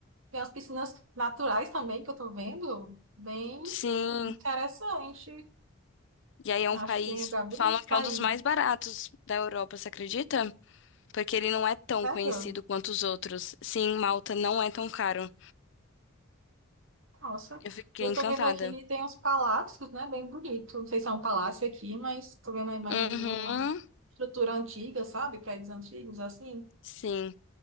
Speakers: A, on the right; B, on the left.
A: Tem as piscinas naturais também que eu tô vendo, bem
B: Sim,
A: interessante.
B: e aí é
A: Acho
B: um país,
A: que tem um lugar bonito
B: falam
A: pra
B: que é um dos
A: ir.
B: mais baratos da Europa, você acredita? porque ele não é tão
A: Sério?
B: conhecido quanto os outros. Sim, Malta não é tão caro.
A: Nossa.
B: Eu fiquei
A: E eu
B: encantada.
A: tô vendo aqui que tem uns palácios, né? Bem bonito. Não sei se é um palácio aqui, mas tô vendo a imagem
B: Uhum,
A: de uma estrutura antiga, sabe? Prédios antigos, assim.
B: sim.